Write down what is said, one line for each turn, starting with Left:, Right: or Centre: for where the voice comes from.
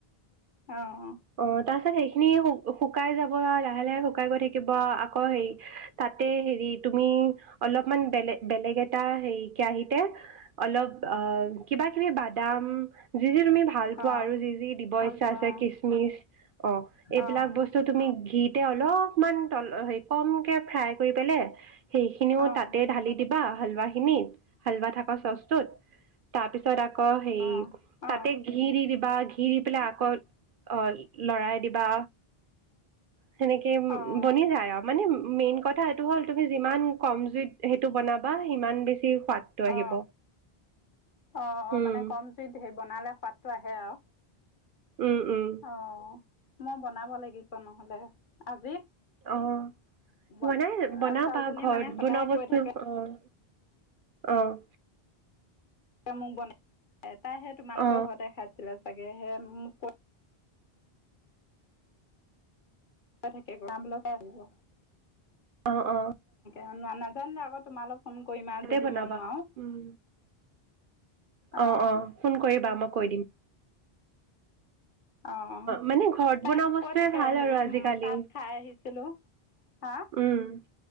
Left: অঁ
Right: অ তাৰপিছত খিনি শুকাই যাব লাহে লাহে শুকাই গৈ থাকিব আকৌ হেৰি তাতে হেৰি তুমি অলপমান বেলেগ বেলেগ এটা হেৰি কেৰাহিতে অলপ অঁ অঁ কিবা কিবি বাদাম যি যি তুমি ভাল পোৱা
Left: অঁ
Right: আৰু যি যি দিব
Left: ভাল
Right: ইচ্ছা
Left: পোৱা
Right: আছে কিচমিচ অঁ এইবিলাক
Left: অঁ
Right: বস্তু তুমি গীত এতিয়া অলপমান তল হে কমকে ফ্ৰাই কৰি পেললে সেইখিনিও
Left: অঁ
Right: তাতে ঢালি দিব বা হালোৱা খিনিত হালোৱা থকা চচটোত তাৰপিছত আঁ আকৌ হে
Left: অঁ
Right: তাতে
Left: অঁ অঁ
Right: ঘি দি দিবা দি পেলাই আকৌ আহ লৰাই দিবা সেনেকে উ
Left: অঁ
Right: বনি যায় আৰু মানে মেইন কথা এইটো হ'ল তুমি যিমান কম জুইত সেইটো বনাবা সিমান বেছি পাতটো আহিব
Left: অঁ অঁ অঁ
Right: উম
Left: মানে কম জুইত হেৰি বনালে সোৱাদটো আহে আৰু
Right: উম উম
Left: অঁ মই বনাব লাগিব নহলে আজি
Right: অঁ
Left: বন
Right: ম নাই বনাবা
Left: ছোৱালীজনী
Right: ঘৰত
Left: মানে সদায়
Right: বনোৱা বস্তু
Left: কৈ থাকে
Right: অঁ অ'
Left: মোক বনাই <unintelligible> এ তাইহে তোমালোকৰ
Right: অ
Left: ঘৰতে খাইছিলে তাকে সে মোক ক <unintelligible> থাকে গৰাবল পৰাে আহিব
Right: অঁ অঁ
Left: শুনানা জান আকৌ তোমালোক ফোন কৰিবা যদি
Right: বনাবা
Left: মই নোৱাৰো
Right: উম
Left: অঁ
Right: অ অ ফোন কৰিবা মোক কৈ দিম
Left: অঁ অ
Right: মানে ঘৰত
Left: তাই
Right: বনোৱা
Left: মোক
Right: বস্তুৱে
Left: কৈ থাকে
Right: ভাল
Left: হেৰি
Right: আৰু আজিকালি
Left: তাত খাই আহিছিলোঁ হা
Right: উম